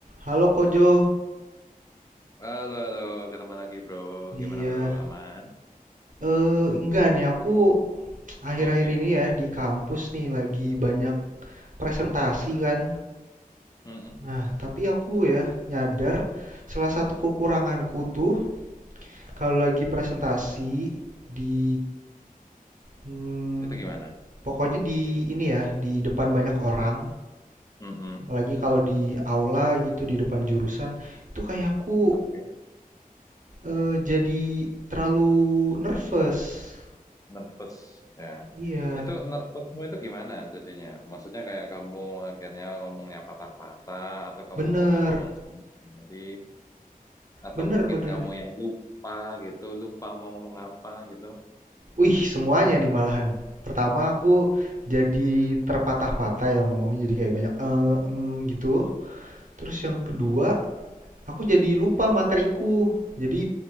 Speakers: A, on the right (about 60°); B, on the left (about 25°).
A: Halo Kojo,
B: Halo, halo, ketemu lagi bro.
A: iya.
B: Gimana bro? Aman?
A: Eh, enggak nih, aku akhir-akhir
B: Oke.
A: ini ya di kampus nih lagi banyak presentasi kan.
B: Mm-mm.
A: Nah, tapi aku ya nyadar salah satu kekuranganku tuh kalau lagi presentasi di hmm,
B: Itu gimana?
A: pokoknya di ini ya, di depan banyak orang,
B: Mm-mm.
A: apalagi kalau di aula gitu di depan jurusan, itu kayak aku
B: Oke.
A: eh, jadi terlalu nervous.
B: Nervous. Ya.
A: Iya,
B: Itu nervousmu itu gimana jadinya? Maksudnya kayak kamu akhirnya ngomongnya patah-patah, atau kamu
A: bener,
B: nggak ngomong sama sekali, atau
A: bener,
B: mungkin
A: bener.
B: kamu yang lupa gitu, lupa mau ngomong apa gitu.
A: Wih, semuanya nih malahan. Pertama aku jadi terpatah-patah yang ngomongnya jadi kayak banyak eh
B: Mm-mm.
A: em gitu. Terus yang kedua, aku jadi lupa materiku. Jadi